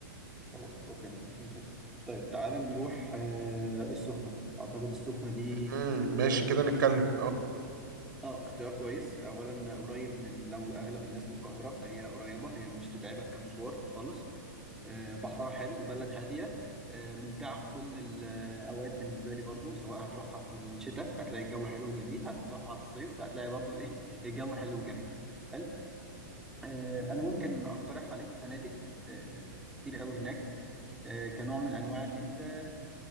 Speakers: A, in the centre; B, on the right.
A: خلاص اوكي مفيش مشاكل طيب تعالى نروح آه، السخنة اعتقد السخنة دي
B: امم
A: اختيار
B: ماشي
A: كويس
B: كده نتكلم
A: اه اختيار كويس اولا قريب من لو اغلب الناس من القاهرة فهي قريبة هي مش تتعبك كمشوار خالص آه، بحرها حلو بلد هادية آه، ممتعة في كل الأوقات بالنسبة لي برضو سواء هتروحها في الشتاء هتلاقي الجو حلو وجميل هتروحها في الصيف هتلاقي برضو إيه الجو حلو وجميل حلو آه، أنا ممكن أقترح عليك فنادق آه، كتير قوي هناك آه، كنوع من أنواع إن أنت